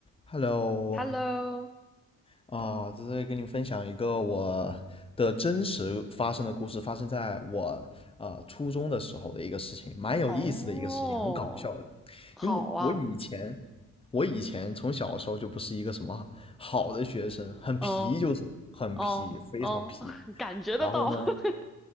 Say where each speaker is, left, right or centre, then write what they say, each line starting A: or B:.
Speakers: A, on the left; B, in the centre.
A: Hello，
B: Hello，
A: 啊，在这里跟你分享一个我的真实发生的故事，发生在我呃初中的时候的一个事情，蛮有意思的一个事情，
B: 哦，
A: 很搞笑的。
B: 好啊，
A: 因为我以前，我以前从小的时候就不是一个什么好的学生，很皮，
B: 嗯
A: 就是很皮，
B: 嗯嗯，
A: 非常皮。
B: <laughs> 感觉得到，
A: 然后呢，
B: <laughs>